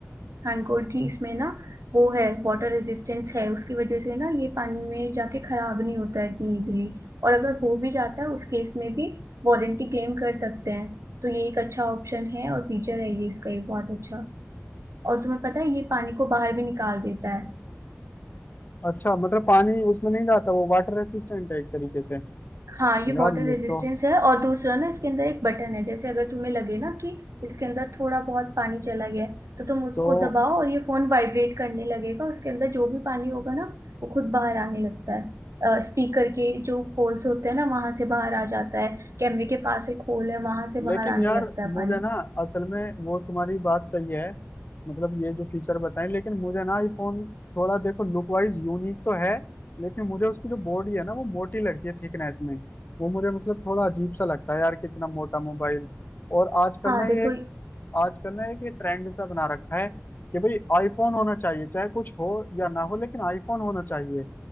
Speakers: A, on the right (about 75°); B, on the left (about 40°).
A: थैंक गॉड कि इसमें ना वो है वाटर रेजिस्टेंस है उसकी वजह से ना ये पानी में जाके खराब नहीं होता है इतनी इजीली और अगर हो भी जाता है उस केस में भी वारंटी क्लेम कर सकते हैं तो ये एक अच्छा ऑप्शन है और फीचर है ये इसका ये बहुत अच्छा और तुम्हें पता है ये पानी को बाहर भी निकाल देता है
B: अच्छा मतलब पानी उसमें नहीं जाता वो वाटर रेसिस्टेंट है एक तरीके से
A: हाँ ये
B: यार
A: वाटर रेजिस्टेंस
B: ये तो
A: है और दूसरा ना इसके अंदर एक बटन है जैसे अगर तुम्हें लगे ना कि इसके अंदर थोड़ा बहुत पानी चला गया है तो तुम उसको
B: तो
A: दबाओ और ये फोन वाइब्रेट करने लगेगा उसके अंदर जो भी पानी होगा ना वो खुद बाहर आने लगता है स्पीकर के जो होल्स होते हैं ना वहां से बाहर आ जाता है कैमरे के पास एक होल है वहां से
B: लेकिन
A: बाहर आने
B: यार
A: लगता है
B: मुझे
A: पानी
B: ना असल में वो तुम्हारी बात सही है मतलब ये जो फीचर बताएं लेकिन मुझे ना आईफोन थोड़ा देखो लुक वाइज यूनिक तो है लेकिन मुझे उसकी जो बॉडी है ना वो मोटी लगती है थिकनेस में वो मुझे मतलब थोड़ा अजीब सा लगता है यार कितना मोटा मोबाइल और आजकल
A: हाँ
B: ना ये
A: देखो
B: एक आजकल ना एक ये ट्रेंड सा बना रखा है कि भाई आईफोन होना चाहिए चाहे कुछ हो या ना हो लेकिन आईफोन होना चाहिए